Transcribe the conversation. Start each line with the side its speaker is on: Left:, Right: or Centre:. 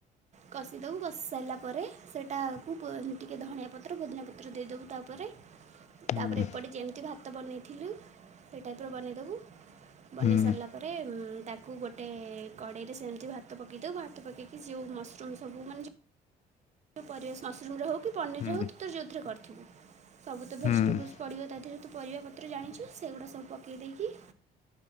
Right: କଷିଦବୁ କଷି ସାରିଲା ପରେ, ସେଇଟାକୁ ଟିକେ ଧଣିଆ ପତ୍ର, ପୁଦୀନା ପତ୍ର, ଦେଇଦବୁ ତାପରେ
Left: ହୁଁ
Right: ତାପରେ ଏପଟେ ଯେମିତି ଭାତ ବନେଇଥିଲୁ ସେଇ ଟାଇପ୍ ର ବନେଇଦବୁ ବନେଇ
Left: ହୁଁ
Right: ସାରିଲା ତାରେ ଉଁ, ତାକୁ ଗୋଟେ କଡ଼େଇରେ ସେମିତି ଭାତ ପକେଇ ଦବୁ ଭାତ ପକେଇକି, ଶିଉ ମସ୍ରୁମ୍ ସବୁ ମାନେ ଯୋ ଯୋଉ ପରିବା ମସ୍ରୁମ୍ ରେ ହଉ କି ପନିର୍
Left: ହୁଁ
Right: ରେ ହୋଉ, ତୁ ତୋର ଯଉଥିରେ କରିଥିବୁ, ସବୁ ତ
Left: ହୁଁ।
Right: ଭେଜିଟେବୁଲ୍ସ୍ ପଡ଼ିବ ତା ଦେହରେ। ତୁ ପରିବା ପତ୍ର ଜାଣିଛୁ, ସେଗୁଡ଼ା ସବୁ ପକାଇ ଦେଇକି